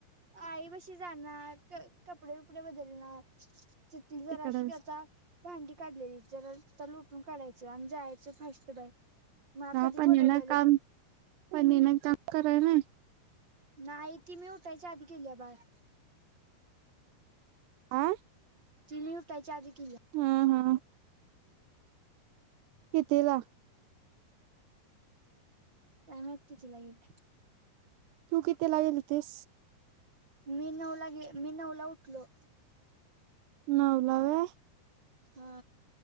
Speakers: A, on the right; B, on the right.
A: आईबशी जाणार का कपडे बिपडे बदलणार. <unintelligible>
B: तिकडं
A: भांडी काढलेली जरा तर लोटून काढायचं, आणि जायचं फास्त बाय. मला
B: हा
A: कधी
B: पनीला
A: बोलवलेलं
B: काम पनीनं काम कराय नाय?
A: नाइ ती मी उठायची आधी गेलीया बाहेर.
B: आं.
A: ती मी उठायच्या अधी गेलीया.
B: हम्म हम्म. कितीला?
A: काय माहित किती ला गेलीय?
B: तू कितीला यीलतीस?
A: मी नऊला गे, मी नवला उठलो.
B: नवला वय?
A: हा.